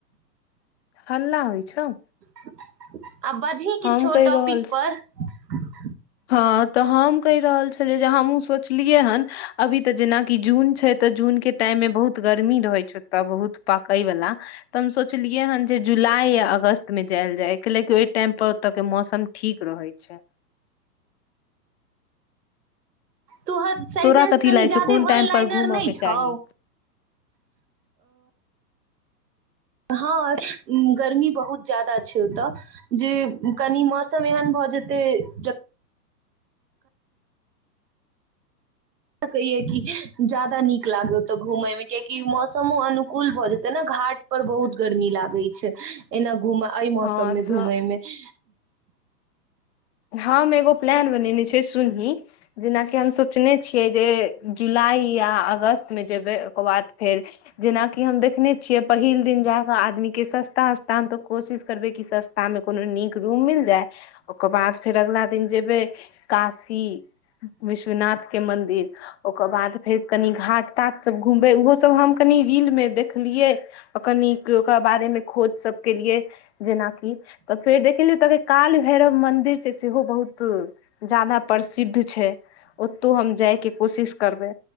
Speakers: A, on the left; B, on the right.
A: हल्ला होइ छौ
B: <inaudible> आ बजही किछो
A: हम कहि
B: टॉपिक
A: रहल छी
B: पर <inaudible>
A: हँ तऽ हम कहि रहल छी जे हमहुँ सोच सोचलिय हन अभी तक जेना कि जून छैय त जून के टाइम में बहुत गर्मी रहे छैय ओत बहुत पा कय वला तऽ हम सोचलियै हन जे जुलाई या अगस्त मे जायल जाय कलेकि ओहि टाइम पर ओतय के मौसम ठीक रहै छै
B: तोहर सेंटेंस
A: तोरा कथी
B: कनि
A: लागै
B: जा
A: छौ
B: वन
A: कोन टाइम
B: लाइनर
A: पर घूमऽ
B: नहि
A: के
B: छौ
A: चाही
B: हँ गर्मी बहुत ज्यादा छै ओतय जे कनि मौसम एहन भऽ जेतै ज स कहिये कि ज्यादा नीक लागत ओते घूमेय मे कियाकि मौसमो अनुकूल भऽ जेते ने घाट पर बहुत गर्मी लागे छै एना घुम एहि मौसम
A: हँ
B: मे
A: तऽ
B: घूम मे <inaudible>
A: हम एगो प्लान बनेने छै सुनही जेनाकि हमस सोचने छियै जे जुलाइ या अगस्तमे जेबै ओकर बाद फेर जेनाकि हम देखने छियै पहिल दिन जा कऽ आदमीके सस्ता सस्ता हम तऽ कोशिश करबै कि सस्तामे कोनो नीक रूम मिल जाय आ फेर अगला दिन जेबय काशी विश्वनाथ के मंन्दिर ओकर बाद फेर कनि घाट ताट सब घूमबे उहो सब हम कनी रील में देख देखलियै अकनीक ओकरा बारेमे खोज सब केलिये जेन की फेर देखलहियहि ओत के काल भैरव मन्दिर छै सेहो बहुत जादा प्रसिद्ध छै ओतौ हम जायके कोशिश करबै